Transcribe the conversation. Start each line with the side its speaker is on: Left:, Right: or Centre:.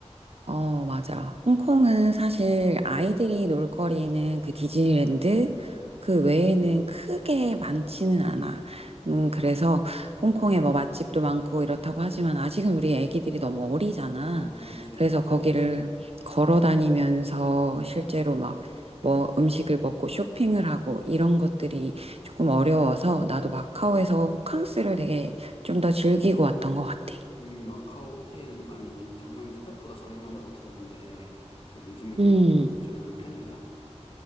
Right: 어, 맞아. 홍콩은 사실 아이들이 놀 거리는 그 디즈니랜드 그 외에는 크게 많지는 않아. 음, 그래서 홍콩에 뭐 맛집도 많고 이렇다고 하지만 아직은 우리 애기들이 너무 어리잖아.
Left: 어, 그렇지.
Right: 그래서 거기를 걸어 다니면서 실제로 막 뭐 음식을 먹고 쇼핑을 하고 이런 것들이 조금 어려워서 나도 마카오에서 호캉스를 되게 좀 더 즐기고 왔던 것 같아.
Left: 음, 마카오 호텔이 많이 저렴, 생각보다 저렴하다고 들었는데, 그 요즘에도
Right: 음.
Left: 좀 저렴한 편인가?